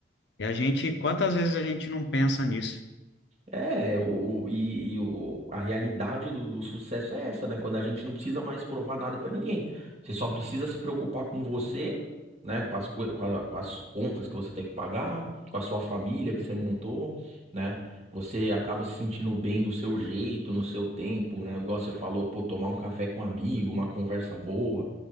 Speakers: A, on the left; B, on the right.
A: e a gente, quantas vezes a gente não pensa nisso?
B: É, o, e, e o, a realidade do, do sucesso é essa, né? Quando a gente não precisa mais provar nada pra ninguém. Você só precisa se preocupar com você, né? Com as, coi- com a- com as contas que você tem que pagar, com a sua família que você montou, né? Você acaba se sentindo bem do seu jeito, no seu tempo, né? Igual você falou, pô, tomar um café com um amigo, uma conversa boa,